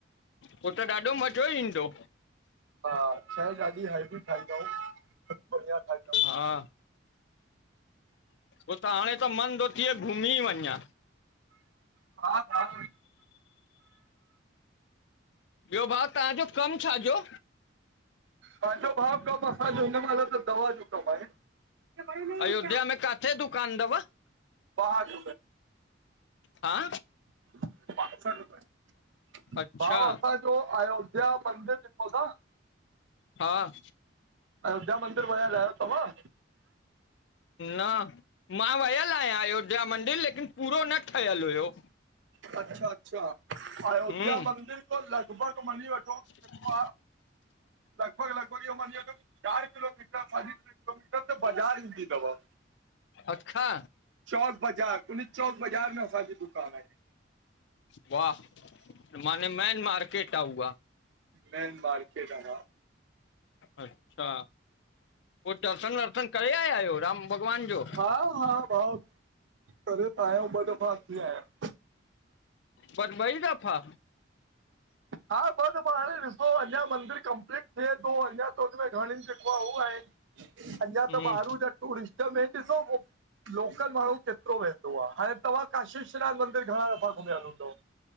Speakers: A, on the left (about 65°); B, on the right (about 75°).
A: पो त ॾाढो मज़ो ई ईंदो
B: हा शइ ॾाढी हैल्दी ठाई तऊं बढ़िया ठाई तऊं।
A: हा हो त हाणे त मन तो थे घुमी वञां।
B: हा भाउ
A: ॿियो भाउ, तव्हांजो कम छाजो
B: पैंजो भाउ कम असांजो हिन महिल त दवा जो कम आहे। ॿाहठि
A: अयोध्या
B: रुपए
A: में काथे दुकान तव?
B: ॿाहठि
A: हा
B: <unintelligible>
A: अच्छा
B: जो अयोध्या मंदिर ॾिठो न
A: हा
B: अयोध्या मंदर वयल आयो तवां?
A: न, मां वयल आहियां अयोध्या मंदिर, लेकिन पूरो न ठहियल हुयो।
B: अच्छा, अच्छा अयोध्या
A: हम्म
B: मंदिर खों लॻभॻ मञी वठो
A: <inaudible>
B: अ लॻभॻ-लॻभॻ इहो मञी वठो, चार किलोमीटर साढी ट्रे किलोमीटर ते बाज़ार ईंदी तव।
A: अखा
B: चौक बाज़ार। उनी चौक बाज़ार में असांजी दुकान आहे।
A: वाह! माने मैन मार्केट आ उआ।
B: मेन मार्केट अन
A: अच्छा, पो दर्शन वर्शन करे आया आयो? राम भॻवान जो।
B: हा, हा मां, करे त आहियां ॿ दफ़ा थी आहियां।
A: बस बई दफ़ा?
B: हा, ॿ दफ़ा हाणे ॾिसो अञा मंदिर कंप्लीट थे तो, अञा त हुनमें घणी जेको उ आहिन, अञां
A: हम्म
B: त ॿाहरूं जा थोड़ी इंस्टा में ॾिसो फोन लोकल माण्हू केतरो वेंदो आ, हाणे तव्हां काशेश्वनाथ मंदर घणा दफ़ा घुमियल हूंदव।